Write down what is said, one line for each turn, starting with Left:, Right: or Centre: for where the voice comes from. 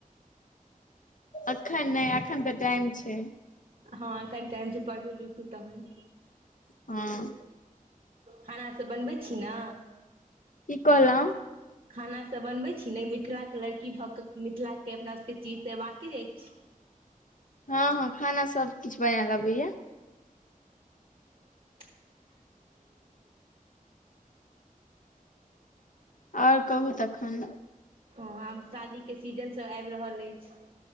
Left: एखन नहि एखन तऽ टाइम छै।
Right: हँ एखन टाइम जे पढ़बू- लिखू तखन।
Left: हँ।
Right: खाना सब बनबै छी ने।
Left: की कहलहुँ
Right: खाना सब बनबै छी ने मिथिला लड़की भऽ के मिथिला के अपना सबके चीज तऽ एबाके अछि।
Left: हँ- हँ खाना सब किछु बनायल अबैया।
Right: <inaudible>
Left: आओर कहू तखन।
Right: हँ आब शादी के सीजन सब आबि रहल अछि,